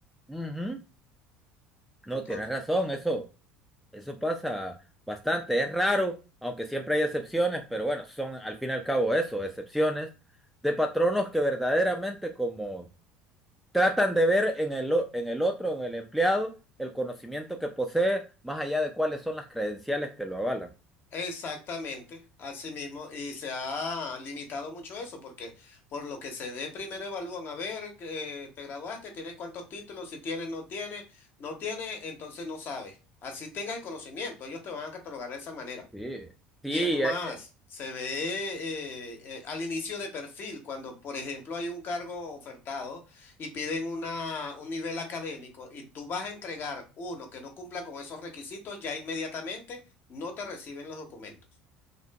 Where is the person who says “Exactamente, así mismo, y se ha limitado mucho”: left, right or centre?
Left